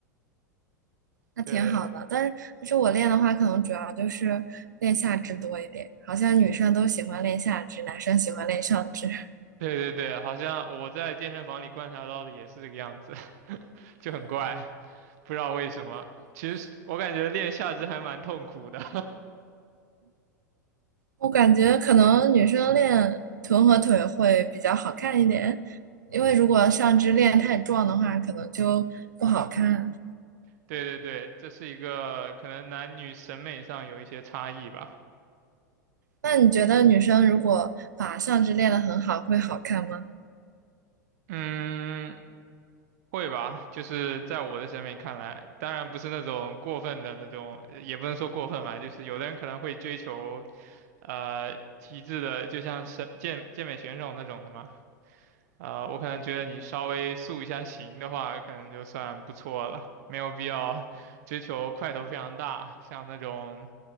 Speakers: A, on the right; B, on the right.
A: 那挺好的，
B: 对，
A: 但是但是我练的话，可能主要就是练下肢多一点。好像女生都喜欢练下肢，男生喜欢练上肢。<laughs>
B: 对对对，好像我在健身房里观察到的也是这个样子，<laughs> 就很怪，不知道为什么。其实我感觉练下肢还蛮痛苦的。
A: 我感觉可能女生练臀和腿会比较好看一点，因为如果上肢练太壮的话，可能就不好看。
B: <laughs> 对对对，这是一个可能男女审美上有一些差异吧。
A: 那你觉得女生如果把上肢练得很好，会好看吗？
B: 嗯，会吧，就是在我的审美看来，当然不是那种过分的那种，也不能说过分吧，就是有的人可能会追求，呃，极致的，就像是健健美选手那种的嘛。呃，我可能觉得你稍微塑一下形的话，可能就算不错了，没有必要 <laughs> 追求块头非常大，像那种